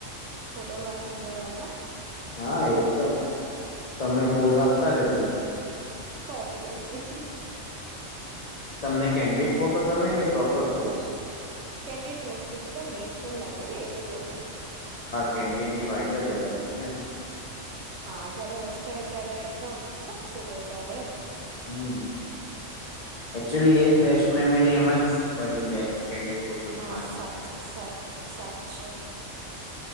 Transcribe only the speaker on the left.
હા એકદમ તમે પોઝ આપતા રેજો
<inaudible> તમને કેન્ડિટ ફોટો ગમે કે પ્રોપર પોઝ.
કેન્ડીડ ની વાઈબ જ અલગ છે ને.
હમ એકચુલી એજ બેસ્ટ મેમરી એમાં જ બની જાય છે કેન્ડિડ ફોટોઝમાં
જ